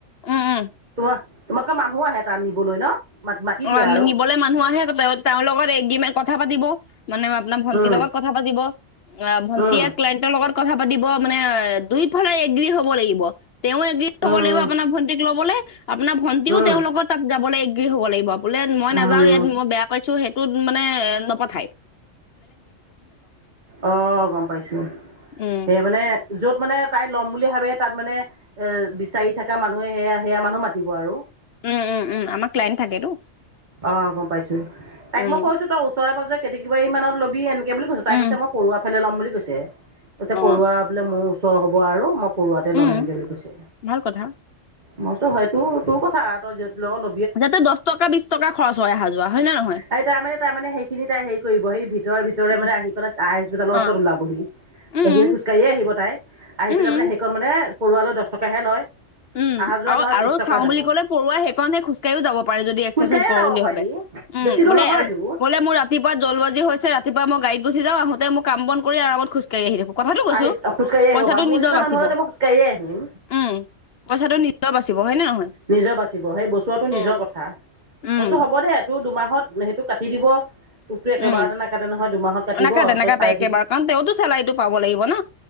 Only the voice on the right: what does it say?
তোৱা কা মানুহ আহে তাত নিবলৈ ন' মাতি
দিয়ে আৰু
উম
উম
উম
উম
উম
অ' গম পাইছো,
সেই মানে য'ত মানে তাই ল'ম বুলি ভাবে তাত মানে এ বিচাৰি থকা মানুহে সেয়া সেয়া মানুহ মাতিব আৰু।
অ', গম পাইছোঁ, তাইক
মই কৈছো তই ওচৰে পাজৰে কেটেকি বাৰী মানত লবি এন সেই বুলি কৈছো, তাই
কৈছে মই পৰুৱা ফালে ল'ম বুলি কৈছে, কৈছে
পৰুৱা বোলে মোৰ ওচৰ হ'ব আৰু ম পৰুৱাতে
ল'ম এনেকি বুলি কৈছে,
মই হয়তো সেইটো তোৰ কথা তই য'ত ল' ল
এই তাইমানে তাইমানে সেইখিনি তাই হেৰি কৰিব সেই ভিতৰে ভিতৰে
মানে আহি <unintelligible> ওচৰত
ওলাবহি। <unintelligible>
খোজকাঢ়িয়ে আহিব তাই, আহি
পেলাই মানে সেইকণ মানে পৰুৱালৈ দচ টকাহে লয়।
অহা যোৱা
ধৰ
বিশ টকা
যাব
খোজকাঢ়িয়ে
যাব
পাৰি
বেছি দূৰ
নহয়তো
আহি খোজকাঢ়ি আহিব
পাৰ মোৰ
নিচিনা
মানুহ হ'লেতো মই খোজকাঢ়িয়ে আহিম
নিজৰ বাচিব সেই বচোৱাটো নিজৰ
কথা,
মইছো হ'বদে তোৰ দুমাহত সেইটো কাটি দিব। তোকতো একেবাৰতে
নাকাটে নহয় দুমাহত কাটিব
তই চাই
বুজি অ',